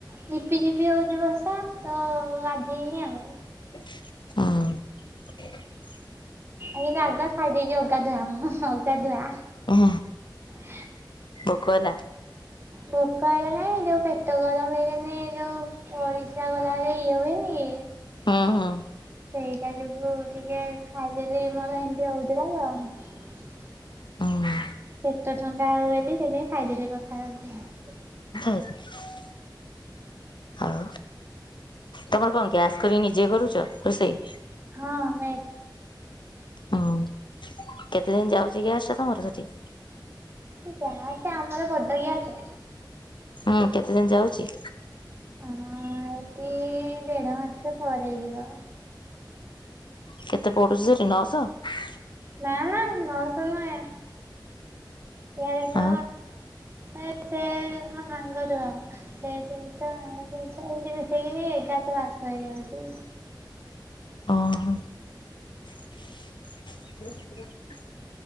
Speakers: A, on the right; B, on the left.
A: ଝିପି ଝିପି ହଉଛି ବର୍ଷା ତ ଗାଧେଇନି ଆଉ।
B: ହଁ।
A: ଏ ଆଗ ଖାଇଦେଇଛି ଅଗାଧୁଆ ମୁଁ ଅଗାଧୁଆ।
B: ହଁ।
A: <inaudible>
B: ଭୋକ ହେଲା?
A: ଭୋକ ହେଇଗଲାଣି ଯୋଉଁ ପେଟ ଗରମ ହେଇଗଲେ ଯୋଉଁ ଓ <unintelligible> ଗଲାବେଳେ ଇଏ ହୁଏନି
B: ହୁଁ ହୁଁ
A: ସେଇଟା ଯୋଗୁଁ ଟିକେ ଖାଇଦେଲି ମୋର ଏମିତି ହଉଥିଲା ତ।
B: ହୁଁ
A: ପେଟ ଥଣ୍ଡା ହବ ବୋଲି ସେଇଥିପାଇଁ ଖାଇଦେଲି ପଖାଳ ମୁଠେ
B: <inaudible> ଆଉ ତମର କଣ ଗ୍ୟାସ କରିକି ନିଜେ କରୁଛ ରୋଷେଇ।
A: ହଁ ମ
B: ହୁଁ କେତେ ଦିନ ଯାଉଛି ଗ୍ୟାସ ଟା ତମର ସେଠି?
A: ଗ୍ୟାସ ଆମର ବଡ଼ ଗ୍ୟାସ।
B: ହୁଁ କେତେ ଦିନ ଯାଉଚି?
A: ହଁ ଏଠି ଦେଢ଼ ମାସେ ପରିଯିବ।
B: କେତେ ପଡୁଛି ସେଠି ନଅଶହ?
A: ନା ନା ନଶହ ନୁହେଁ ଏ ଜ
B: ଆଉ
A: ଏ ସେ ମୋ ସାଙ୍ଗ ଯୋଉଁ ସେ ତିନିଶହ ମୁଁ ତିନିଶହ ମିଶେଇକିନି ଏଗାର ରାସ୍ତା ହେଇଯାଉଛି।
B: ଓହୋ <inaudible>